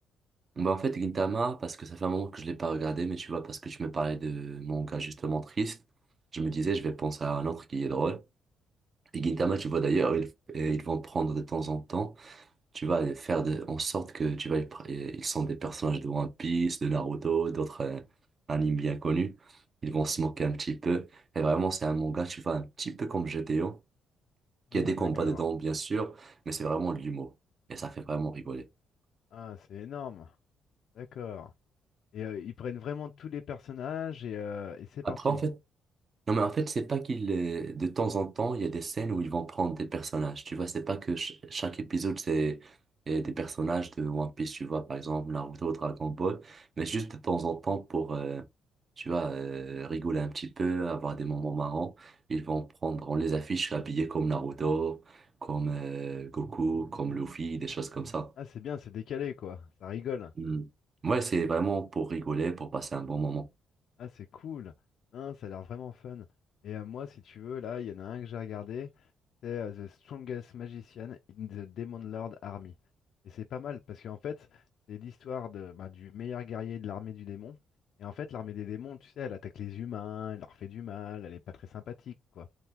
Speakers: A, on the right; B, on the left.
A: Bah en fait, Gintama, parce que ça fait un moment que je l'ai pas regardé, mais tu vois, parce que tu me parlais de mon gars justement triste, je me disais, je vais penser à un autre qui est drôle. Et Gintama, tu vois d'ailleurs, ils, et ils vont prendre de temps en temps, tu vas les faire de, en sorte que tu vas, les pr- et ils sont des personnages de One Piece, de Naruto, d'autres euh, animes bien connus. Ils vont se moquer un petit peu. Et vraiment, c'est un manga, tu vois, un petit peu comme G T O
B: Ah,
A: Il y a des
B: d'accord.
A: combats dedans, bien sûr, mais c'est vraiment de l'humour. Et ça fait vraiment rigoler.
B: Ah, c'est énorme. D'accord. Et euh, ils prennent vraiment tous les personnages et, euh, et c'est
A: Après,
B: parti.
A: en fait, Non, mais en fait, c'est pas qu'il est... De temps en temps, il y a des scènes où ils vont prendre des personnages. Tu vois, c'est pas que ch- chaque épisode, c'est euh, des personnages de One Piece, tu vois, par exemple, Naruto, Dragon Ball, mais juste de temps en temps pour, euh, tu vois, euh, rigoler un petit peu, avoir des moments marrants. Ils vont prendre, on les affiche habillés comme Naruto, comme euh, Goku, comme Luffy, des choses comme ça.
B: Ah, c'est bien, c'est décalé, quoi. Ça rigole.
A: Mm. Ouais, c'est vraiment pour rigoler, pour passer un bon moment.
B: Ah, c'est cool. Hein, ça a l'air vraiment fun. Et euh, moi, si tu veux, là, il y en a un que j'ai regardé. C'est euh, The Strongest Magician in the Demon Lord Army. Et c'est pas mal parce qu'en fait, c'est l'histoire de, bah, du meilleur guerrier de l'armée du démon. Et en fait, l'armée des démons, tu sais, elle attaque les humains, elle leur fait du mal, elle est pas très sympathique, quoi.